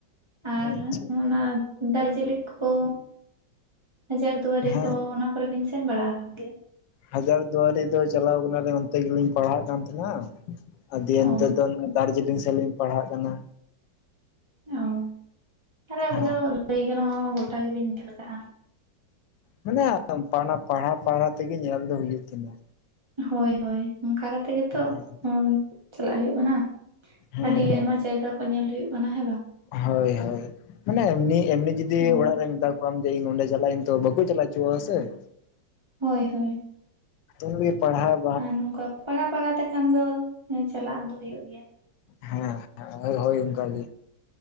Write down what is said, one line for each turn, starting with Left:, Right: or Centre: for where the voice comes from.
Right: ᱟᱨ
Left: ᱟᱪᱪᱷᱟ
Right: ᱚᱱᱟ ᱫᱟᱨᱡᱤᱞᱤᱝ ᱠᱚ? ᱦᱟᱡᱟᱨ ᱫᱩᱣᱟᱨᱤ
Left: ᱦᱮᱸ
Right: ᱠᱚ ᱚᱱᱟ ᱠᱚᱨᱮ ᱵᱮᱱ ᱥᱮᱱ ᱵᱟᱲᱟ ᱠᱟᱱ ᱜᱮᱭᱟ?
Left: ᱦᱟᱡᱟᱨ ᱫᱩᱣᱟᱨᱤ ᱫᱚ ᱪᱟᱞᱟᱣ ᱠᱟᱱᱟ ᱞᱤᱧ ᱚᱱᱛᱮ ᱜᱮᱞᱤᱧ ᱯᱟᱲᱦᱟᱜ ᱠᱟᱱ ᱛᱟᱦᱮᱱᱟ᱾ ᱫᱤᱭᱮ
Right: ᱚ
Left: ᱱᱤᱛᱳ ᱫᱚ ᱚᱱᱟ ᱫᱟᱨᱡᱤᱞᱤᱝ ᱥᱮᱫ ᱨᱮᱞᱤᱧ ᱯᱟᱲᱦᱟᱜ ᱠᱟᱱᱟ᱾
Right: ᱚ ᱛᱟᱦᱚᱞᱮ ᱟᱵᱤᱱ
Left: ᱦᱮᱸ
Right: ᱫᱚ ᱞᱟᱹᱭ ᱜᱟᱱᱚᱜᱼᱟ ᱜᱚᱴᱟ ᱜᱮᱵᱤᱱ ᱧᱮᱞ ᱠᱟᱜ-ᱟ᱾
Left: ᱢᱟᱱᱮ ᱯᱟᱱᱟ ᱯᱟᱲᱦᱟᱣ ᱯᱟᱲᱦᱟᱣ ᱛᱮᱜᱮ ᱧᱮᱞ ᱫᱚ ᱦᱩᱭᱩᱜ ᱛᱟᱦᱮᱱᱟ᱾
Right: ᱦᱳᱭ ᱦᱳᱭ ᱚᱱᱠᱟ ᱠᱟᱛᱮ ᱜᱮᱛᱚ
Left: ᱦᱮᱸ
Right: ᱩᱸ ᱪᱟᱞᱟᱜ ᱦᱩᱭᱩᱜ ᱠᱟᱱᱟ
Left: ᱦᱮᱸ
Right: ᱟᱹᱰᱤ ᱟᱭᱢᱟ ᱡᱟᱭᱜᱟ ᱠᱚ ᱧᱮᱞ ᱦᱩᱭᱩᱜ ᱠᱟᱱᱟ ᱦᱮᱸ ᱵᱟᱝ?
Left: ᱦᱳᱭ ᱦᱳᱭ᱾ ᱢᱟᱱᱮ ᱮᱢᱱᱤ ᱮᱢᱱᱤ ᱡᱩᱫᱤ
Right: ᱚ
Left: ᱚᱲᱟᱜ ᱨᱮ ᱢᱮᱛᱟ ᱠᱚᱣᱟᱢ ᱡᱮ ᱤᱧ ᱚᱸᱰᱮ ᱪᱟᱞᱟ ᱟᱹᱧ ᱛᱚ ᱵᱟᱠᱚ ᱪᱟᱞᱟ ᱦᱚᱪᱚᱣᱟᱜᱼᱟ ᱥᱮ᱾ <inaudible>
Right: ᱦᱳᱭ ᱦᱳᱭ᱾
Left: ᱛᱩᱱ ᱵᱤ ᱯᱟᱲᱦᱟᱣ
Right: ᱟᱨ ᱱᱚᱝᱠᱟ ᱯᱟᱲᱦᱟᱣ ᱯᱟᱲᱦᱟᱣ ᱛᱮᱠᱷᱟᱱ ᱫᱚ ᱦᱮᱸ ᱪᱟᱞᱟᱜ ᱫᱚ ᱦᱩᱭᱩᱜ ᱜᱮᱭᱟ᱾
Left: ᱦᱮᱸ ᱦᱳᱭ ᱦᱳᱭ ᱚᱱᱠᱟ ᱜᱮ᱾